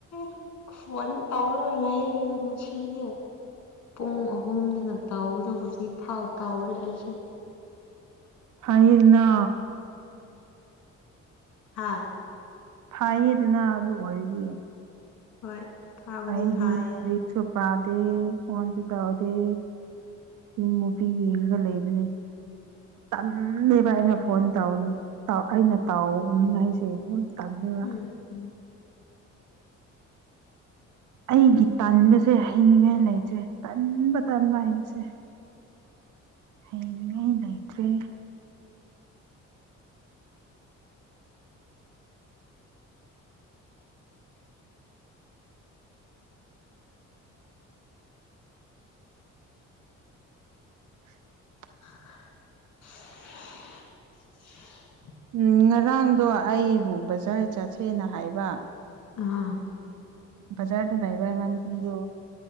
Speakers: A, on the left (about 65°); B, on the right (about 75°).
A: ꯫ ꯐꯣꯟ ꯇꯧꯔꯣꯒ ꯂꯩꯌꯦꯗ ꯉꯁꯤꯁꯦ꯫ ꯄꯨꯡ ꯑꯍꯨꯝꯗꯅ ꯇꯧꯕꯗꯣ ꯍꯧꯖꯤꯛ ꯐꯥꯎ ꯇꯧꯔꯦ ꯑꯩꯁꯦ꯫
B: ꯐꯍꯤꯔꯅꯥ꯫
A: ꯍꯥꯥ <inaudible>
B: ꯐꯥꯏꯌꯦꯗꯅ ꯑꯗꯨ ꯑꯣꯏꯔꯗꯤ꯫
A: ꯍꯣꯏ ꯐꯥꯕꯨꯗꯤ
B: ꯑꯩꯗꯤ
A: ꯐꯥꯏꯌꯦ
B: ꯔꯤꯛꯁꯣ ꯄꯥꯗꯦ ꯐꯣꯟꯁꯨ ꯇꯧꯎꯗꯦ꯫ ꯌꯨꯝ ꯃꯨꯕꯤ ꯌꯦꯡꯉꯒ ꯂꯩꯕꯅꯦ꯫ ꯇꯟꯂꯦꯕ ꯑꯩꯅ ꯐꯣꯟ ꯇꯧ ꯑꯩꯅ ꯇꯥꯎꯅꯤꯡꯉꯥꯏꯁꯦ ꯌꯥꯝ ꯇꯟꯂꯦꯕ꯫
A: ꯎꯝ <inaudible>
B: ꯑꯩꯒꯤ ꯇꯟꯕꯁꯦ ꯍꯩꯅꯤꯡꯉꯥꯏ ꯂꯩꯇ꯭ꯔꯦ ꯇꯟꯕ ꯇꯟꯕ ꯍꯥꯏꯁꯦ꯫ ꯍꯩꯅꯤꯡꯉꯥꯏ ꯂꯩꯇ꯭ꯔꯦ꯫ <inaudible>
A: <unintelligible>
B: ꯎꯝ ꯉꯔꯥꯡꯗꯣ ꯑꯩꯕꯨ ꯕꯖꯥꯔ ꯆꯠꯁꯦꯅ ꯍꯥꯏꯕ꯫
A: ꯑꯥ
B: ꯕꯖꯥꯔꯗ ꯂꯩꯥꯏꯕꯅꯤ ꯄꯤꯗꯣ